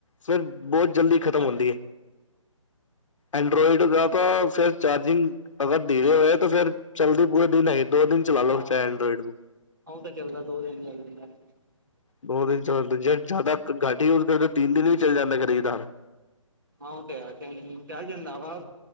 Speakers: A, on the left; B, on the right.
A: ਫਿਰ ਬਹੁਤ, ਜਲਦੀ ਖਤਮ
B: ਹਾਂ
A: ਹੁੰਦੀ ਏ ਐਂਡਰਾੋਇਡ ਦਾ ਤਾਂ, ਫਿਰ ਚਾਰਜਿੰਗ ਅਗਰ ਧੀਰੇ ਹੋਏ ਤੇ ਫਿਰ ਚੱਲਦੀ ਪੂਰੇ ਦਿਨ ਹੈਗੀ ਦੋ ਦਿਨ ਚਲਾ ਲੋ
B: ਹਾਂ
A: ਚਾਹੇ ਅੰਦਰੋਇਡ ਤੇ।
B: <unintelligible>
A: ਦੋ ਦਿਨ ਚੱਲਦੇ ਜੇ ਜਾਦਾ ਘੱਟ ਯੂਜ ਕਰਦੇ ਤਿੰਨ ਦਿਨ ਵੀ ਚੱਲ ਜਾਂਦਾ ਕਦੀ ਕਦਾਰ।
B: ਹਾਂ ਓਹ ਤੇ ਹੈ ਚਲ ਜਾਂਦਾ ਵਾ।